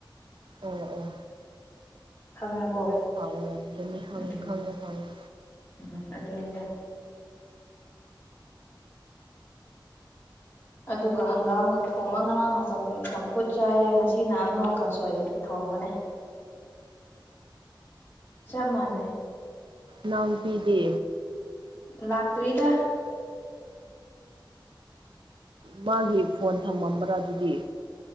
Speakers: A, on the right (about 75°); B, on the left (about 25°).
A: ꯑꯣ ꯑꯣ
B: ꯈꯪꯉꯕꯣ
A: ꯍꯥꯎꯔꯝꯒꯅꯤ ꯈꯪꯉꯦ
B: ꯎꯝ
A: ꯈꯪꯉꯦ ꯈꯪꯉꯦ
B: ꯎꯝ ꯑꯗꯨꯅꯗ ꯑꯗꯨꯒ ꯍꯪꯒꯥꯝꯒ ꯊꯣꯡꯕ ꯉꯔꯥꯡꯅ ꯆꯝꯐꯨꯠ ꯆꯥꯏꯌꯦ ꯉꯁꯤꯅ ꯑꯃꯨꯛꯀꯪꯁꯣꯏ ꯊꯣꯡꯕꯅꯦ ꯆꯞ ꯃꯥꯅꯦ
A: ꯅꯅꯥꯎ ꯄꯤꯗꯦ
B: ꯂꯥꯛꯇꯔꯤꯗ
A: ꯃꯥꯒꯤ ꯐꯣꯟ ꯊꯝꯃꯝꯕ꯭ꯔꯥ ꯑꯗꯨꯗꯤ